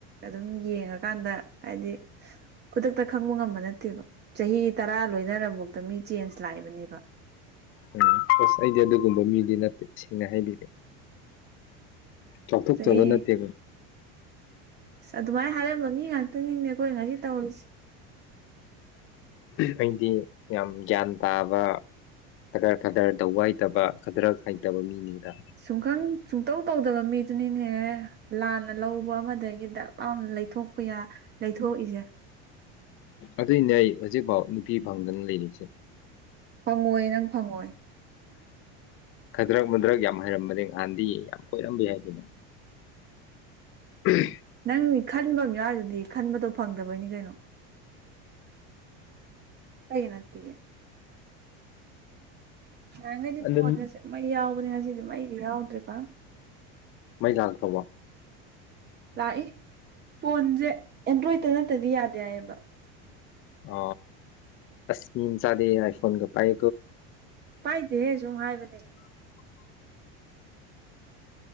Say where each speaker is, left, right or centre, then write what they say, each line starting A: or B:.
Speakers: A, on the right; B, on the left.
A: ꯑꯗꯨꯝ ꯌꯦꯡꯉꯀꯥꯟꯗ ꯍꯥꯏꯗꯤ ꯈꯨꯗꯛꯇ ꯈꯪꯕ ꯉꯝꯕ ꯅꯠꯇꯦꯕ ꯆꯍꯤ ꯇꯔꯥ ꯂꯣꯏꯅꯔꯐꯥꯎꯗ ꯃꯤ ꯆꯦꯟꯖ ꯂꯥꯛꯏꯕꯅꯦꯕ
B: ꯎꯝ ꯑꯁ ꯑꯩꯗꯤ ꯑꯗꯨꯒꯨꯝꯕ ꯃꯤꯗꯤ ꯅꯠꯇꯦ ꯁꯦꯡꯅ ꯍꯥꯏꯕꯤꯒꯦ ꯆꯥꯎꯊꯣꯛꯆꯥꯕ
A: ꯆꯍꯤ
B: ꯅꯠꯇꯦꯕ
A: ꯑꯁ ꯑꯗꯨꯃꯥꯏꯅ ꯍꯥꯏꯔꯝꯕ ꯃꯤ ꯉꯥꯛꯇꯅꯤꯅꯦ ꯑꯩꯈꯣꯏ ꯉꯥꯁꯤ ꯇꯧꯔꯤꯁꯦ
B: ꯑꯩꯗꯤ ꯌꯥꯝ ꯒ꯭ꯌꯥꯟ ꯇꯥꯕ ꯈꯗꯔ ꯈꯗꯔ ꯇꯧꯕ ꯍꯩꯇꯕ ꯈꯗꯔ ꯍꯩꯇꯕ ꯃꯤꯅꯤꯗ
A: ꯁꯨꯡꯈꯪ ꯁꯨꯡꯇꯧ ꯇꯧꯗꯥꯕ ꯃꯤꯗꯨꯅꯤꯅꯦꯍꯦ ꯂꯥꯟꯅ ꯂꯧꯕ ꯑꯃꯗꯒꯤ ꯗꯛ ꯂꯥꯎꯅ ꯂꯩꯊꯣꯛꯄ ꯌꯥꯏ ꯂꯩꯊꯣꯛꯏꯁꯦ
B: ꯑꯗꯨꯏꯅꯦ ꯍꯧꯖꯤꯛꯐꯥꯎ ꯅꯨꯄꯤ ꯐꯪꯗꯅ ꯂꯩꯔꯤꯁꯦ
A: ꯐꯪꯉꯣꯏꯌꯦ ꯅꯪ ꯐꯪꯉꯣꯏ
B: ꯈꯗ꯭ꯔꯛ ꯃꯨꯗ꯭ꯔꯛ ꯌꯥꯝ ꯍꯩꯔꯃꯅꯦ ꯅꯍꯥꯟꯗꯤ ꯌꯥꯝ ꯀꯣꯏꯔꯝꯕ ꯌꯥ ꯍꯥꯏꯗꯅꯣ ꯎꯝ
A: ꯅꯪꯗꯤ ꯈꯟꯕ ꯑꯃ ꯌꯥꯎꯔꯤꯗꯨꯗꯤ ꯈꯟꯕꯗꯣ ꯐꯪꯗꯕꯩꯅꯤ ꯀꯩꯅꯣ ꯑꯩꯩꯅꯠꯇꯦ ꯅꯍꯟꯈꯩꯗꯤ
B: ꯑꯗꯨ
A: ꯐꯣꯟꯒꯁꯦ ꯃꯩ ꯌꯥꯎꯕꯅꯦ ꯉꯁꯤꯗꯤ ꯃꯩꯒ ꯌꯥꯎꯗꯔꯦ ꯄꯥꯛꯅ
B: ꯃꯩ ꯂꯥꯛ ꯇꯧꯕ
A: ꯂꯥꯛꯏ ꯐꯣꯟꯁꯦ ꯑꯦꯟꯗ꯭ꯔꯣꯏꯗꯇ ꯅꯠꯇꯗꯤ ꯌꯥꯗꯦ ꯍꯥꯏꯌꯦꯕ
B: ꯑ ꯑꯁꯃꯤ ꯆꯗꯦ ꯑꯥꯏꯐꯣꯟꯣꯟꯒ ꯄꯥꯏ
A: ꯄꯥꯏꯗꯦ ꯁꯨꯝ ꯍꯥꯏꯕꯅꯦ